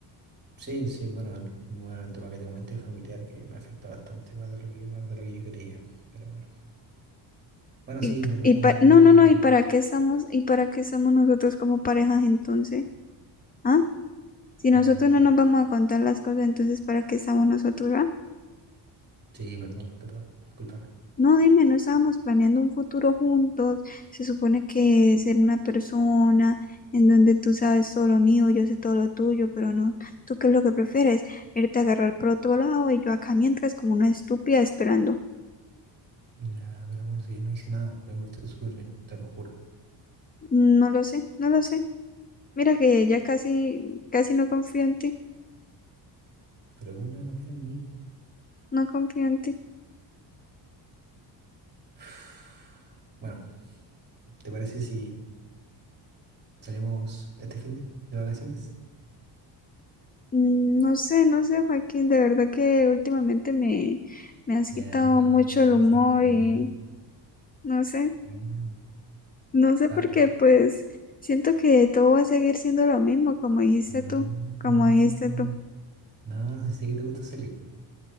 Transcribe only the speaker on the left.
Y,
y
pa-
no,
no, no,
¿y para qué estamos, y para qué estamos nosotros como parejas entonces? ¿Ah? Si
nosotros
no nos vamos a contar las cosas, entonces ¿para qué estamos nosotros? ah?
No, dime, no estábamos planeando un futuro juntos. Se supone que ser una persona en donde tú sabes todo lo mío, yo sé todo lo tuyo, pero no. ¿Tú qué es lo que prefieres? Irte a agarrar por otro lado y yo acá mientras como una estúpida esperando.
No lo sé, no lo sé. Mira que ya casi, casi no confío en ti,
no confío en ti.
Mm, No sé, no sé, Joaquín, de verdad que últimamente me, me has
quitado
mucho el humor
y no sé,
no sé
por qué, pues siento que todo va a seguir siendo lo mismo, como dijiste
tú, como dijiste
tú.